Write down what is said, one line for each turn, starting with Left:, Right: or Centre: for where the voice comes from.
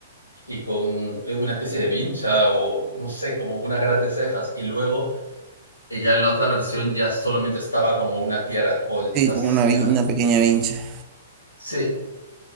Left: y con eh, una especie de vincha o no sé, como una gran de cejas. Y luego eh, ya en la otra versión ya solamente estaba como una tiara o estas
Right: Sí, como una,
Left: cejas.
Right: vin- una pequeña vincha.
Left: Sí,